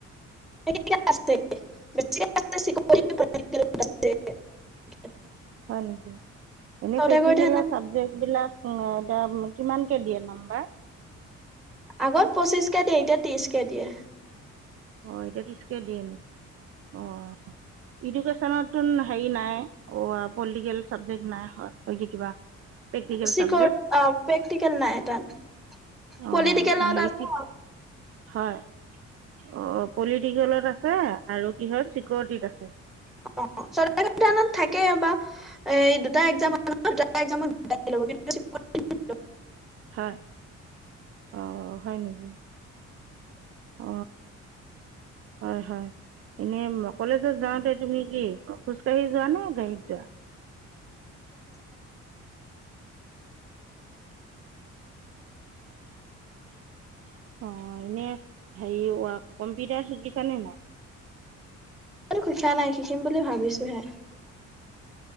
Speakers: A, in the centre; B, on the right (about 50°).
A: <unintelligible>
B: হয় নেকি এনেই
A: স্বদেশ
B: পেটিকেল
A: অধ্যয়ন
B: চাবজেক্ট বিলাক- উ এতিয়া কিমানকে দিয়ে নাম্বাৰ?
A: আগত পচিশকে দিয়ে এতিয়া ত্ৰিশকে দিয়ে।
B: অ এতিয়াত তিৰিচ কে দিয়ে নি অ ইদোকেচন হেৰি নাই পলিটিকেল চাবজেক্ট নাই কিবা, প্ৰেক্টিকেল
A: চিক
B: চাবজেক্ট
A: অ প্ৰেক্টিকেল নাই তাত।
B: অ'
A: পলিটিকেলত
B: হেৰি
A: আ-
B: হয় অ পলিটিকেলত আছে আৰু কি হয় চিকৰটিত আছে।
A: <unintelligible> থাকে বা এই দুটা একজামত দুটা একজামত দুটা। <unintelligible>
B: হয় আহ হয় নেকি? অ হয় হয়। এনেই কলেজত যাওঁতে তুমি কি খোজ কাঢ়ি যোৱা নে গাড়ীত যোৱা <unintelligible> <inaudible> অ এনে হেৰি কম্পিউটাৰ শিকিছা নে নাই?
A: শিকা নাই শিকিম বুলি ভাবিছোহে।